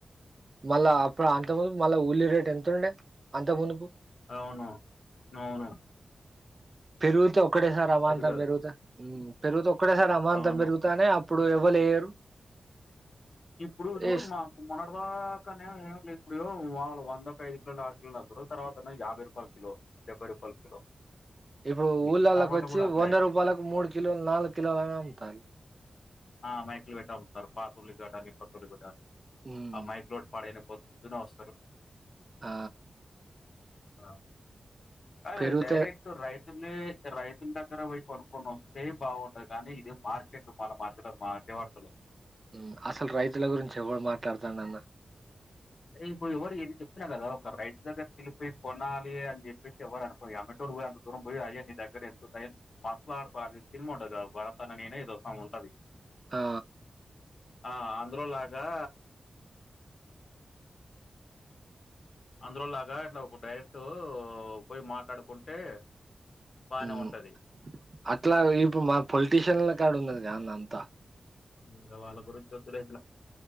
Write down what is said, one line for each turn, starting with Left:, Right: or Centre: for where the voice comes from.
Right: మళ్ళా అప్పుడు అంత ముందు మళ్ళా ఉల్లి రేట్ ఎంత ఉండే అంత ముందుపు
Left: అవును నవును
Right: పెరుగుతూ ఒక్కడే సారి అమాంతం
Left: కదా
Right: పెరుగుత పెరుగుతే ఒక్కటే సారి అమాంతం
Left: అవును
Right: పెరుగుతానే ఇప్పుడు ఎవ్వలేయరు
Left: ఇప్పుడు చూడు
Right: వేస్
Left: మాకు మొన్నడుదా క నే ఇప్పుడు వాళు వంద ఒక ఐదు కిలోలు, ఆరు కిలుగ్రు తర్వాతన్న యాభై రూపాయలు కిలో డెబ్బై రూపాయలు కిలో
Right: ఇప్పుడు
Left: ఉల్లి
Right: ఊళ్ళళ్ళకి
Left: టమాటా
Right: వచ్చి
Left: కూడా అట్లే
Right: వంద రూపాయలకు మూడు కిలోలు, నాలుగు కిలోలునే అమ్ముతారు.
Left: ఆ మైకులు పెట్టి అమ్ముతారు పాత ఉల్లి గడ్డ అని, కొత్త ఉల్లి గడ్డ అని
Right: ఉమ్.
Left: మైక్లు లోటి పాడనా పోద్ ద్దున వస్తారు
Right: ఆ
Left: అ
Right: పెరుగుతే
Left: అదే డైరెక్ట్ రైట్ తులే రైతుల దగ్గర వై కొనుక్కొని వస్తే బావుంటది. కానీ ఇది మార్కెట్ మళ్ళ మాత్రమే ఏ వార్తల్లో
Right: మ్ అసలు రైతుల గురించి ఎవడు మాట్లాడుతాండన్న
Left: ఇప్పుడు ఎవరు ఏన్ని చెప్తున్నా కదా ఒక రైతు దగ్గరికి వెళ్ియి కొనాలి అని చెప్పేసి ఎవరు అనుకోరు అమ్మెటోడు పో అంత దూరం పోయి అయీ దగ్గర వెళ్తుాయని మాట్లాడుతు అ సినిమా ఉండది భరతన ననే ఇదోసం ఉంటది
Right: ఆ
Left: ఆ అందులోలాగా అందులోలాగా ఇట్లా డైరెక్ట్ పోయి మాట్లాడుకుంటే బానే
Right: మ్
Left: ఉంటది
Right: అట్లా ఇప్పుడు మా పొలిటీషియన్ల కా ఉన్నదికా అన్న అంతా
Left: ఇంగ వాళ్ళ గురించి వద్దులే ఇట్లా